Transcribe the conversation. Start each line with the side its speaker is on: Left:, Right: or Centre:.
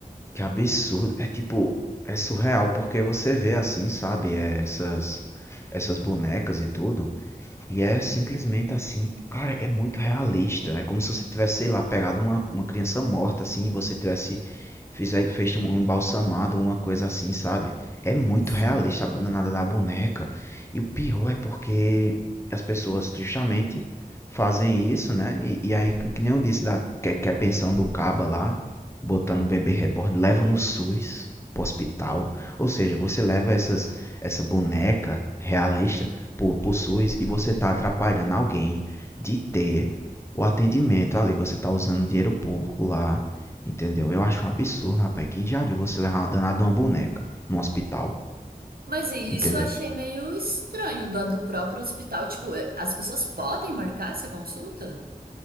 Left: Que absurdo. É tipo. É surreal porque você vê assim, sabe? É, essas, essas bonecas e tudo. E é simplesmente assim, cara, é muito realista. É como se você tivesse, sei lá, pegado uma, uma criança morta, assim, e você tivesse fizer, fez um, um embalsamado, uma coisa assim, sabe? É muito
Right: Exato.
Left: realista a bu- nada da boneca. E o pior é porque as pessoas justamente fazem isso, né? E, e aí, que nem eu disse, da, que, que é a pensão do Caba lá, botando o bebê reborn, leva no SUS pro hospital. Ou seja, você leva essas, essa boneca realista por, e você está atrapalhando alguém de ter o atendimento ali. Você está usando dinheiro público lá, entendeu? Eu acho um absurdo, rapaz. Quem já viu você levar uma danada de uma boneca no hospital,
Right: Mas isso
Left: entendeu?
Right: eu achei meio estranho do, do próprio hospital. Tipo, é, as pessoas podem marcar essa consulta?